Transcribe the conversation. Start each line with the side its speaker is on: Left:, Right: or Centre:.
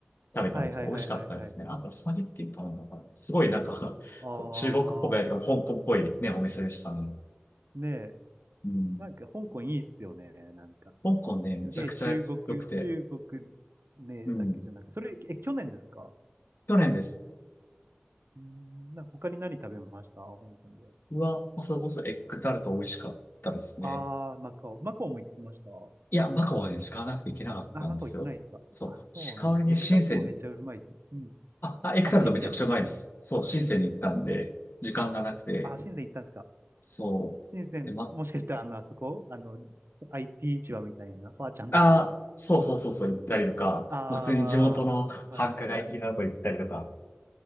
Left: 食べたんですよ。
Right: はいはいはいはいはい。
Left: 美味しかったですね。あと、スパゲッティ頼んだから、すごいなんか <laughs>
Right: あー、
Left: こう中国っぽく香港っぽいね、お店でしたね。
Right: ねえ。
Left: うん。
Right: なんか、香港いいっすよね、なんか。
Left: 香港ね、めちゃくちゃ良くて。
Right: すげえ中国、中国ねだけじゃなく、
Left: うん。
Right: それ、え、去年ですか
Left: 去年です。
Right: うん、なんか他に何食べました香港で。
Left: うわ、それこそエッグタルト美味しかったですね。
Right: あー、マカオ。マカオも行きました
Left: いや、マカオはね、時間なくて行けなかったんですよ。
Right: あー、マカオ行ってないですかあ、
Left: そう。
Right: そうなんです。
Left: し、代わりに深センに。
Right: エッグタルトもめっちゃうまいです。うん。
Left: あ、あ、エッグタルトめちゃくちゃうまいです。
Right: あ、深セン。
Left: そう、深センに行ったんで、時間がなくて。
Right: あ、深セン行ったんですか
Left: そう。
Right: 深セン、
Left: で、マ
Right: もしかしてあの、あそこあの、IT 市場みたいな、ファーちゃんとか。
Left: あ、そうそうそうそう行ったりとか、
Right: ああ、
Left: まあ、普通に地元の繁華街的なとこ行ったりとか、
Right: はい。